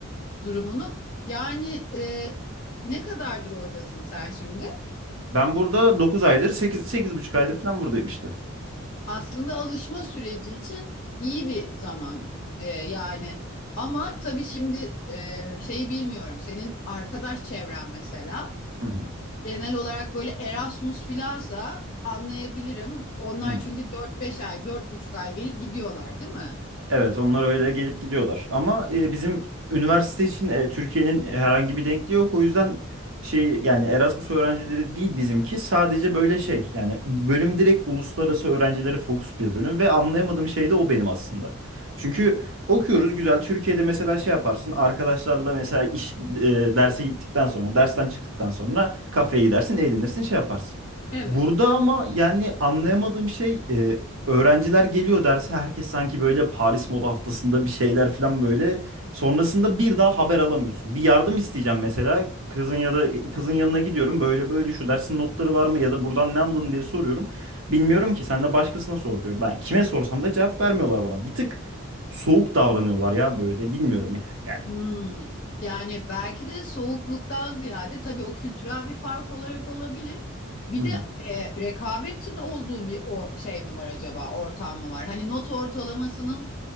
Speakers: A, on the left; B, on the right.
A: durumunu. Yani e, ne kadardır oradasın sen şimdi?
B: Ben burada 9 aydır sekiz sekiz buçuk aydır falan buradayım işte.
A: aslında alışma süreci için iyi bir zaman e, yani. Ama tabii şimdi e, şeyi bilmiyorum. Senin arkadaş çevren mesela
B: Hı hı.
A: genel olarak böyle Erasmus filansa anlayabilirim. Onlar
B: Hı hı.
A: çünkü dört beş ay, dört buçuk ay gelip gidiyorlar, değil mi?
B: Evet, onlar öyle gelip gidiyorlar. Ama e, bizim üniversite için e, Türkiye'nin herhangi bir denkliği yok. O yüzden şey yani Erasmus öğrencileri değil bizimki. Sadece böyle şey yani bölüm direkt uluslararası öğrencilere fokus bir bölüm ve anlayamadığım şey de o benim aslında. Çünkü okuyoruz güzel. Türkiye'de mesela şey yaparsın arkadaşlarla mesela iş e, derse gittikten sonra dersten çıktıktan sonra kafeye gidersin eğlenirsin şey yaparsın.
A: Evet.
B: Burada ama yani anlayamadığım şey öğrenciler geliyor derse herkes sanki böyle Paris Moda Haftası'nda bir şeyler falan böyle. Sonrasında bir daha haber alamıyorsun. Bir yardım isteyeceğim mesela. Kızın ya da kızın yanına gidiyorum. Böyle böyle şu dersin notları var mı ya da buradan ne anladın diye soruyorum. Bilmiyorum ki sen de başkasına sor diyor. Ben kime sorsam da cevap vermiyorlar bana. Bir tık soğuk davranıyorlar ya böyle. Bilmiyorum ya. Yani
A: Hmm. Yani belki de soğukluktan ziyade tabii o kültürel bir fark olarak olabilir. Bir
B: Hı
A: de e, rekabetin olduğu bir o, şey mi var acaba, ortam mı var? Hani not ortalamasının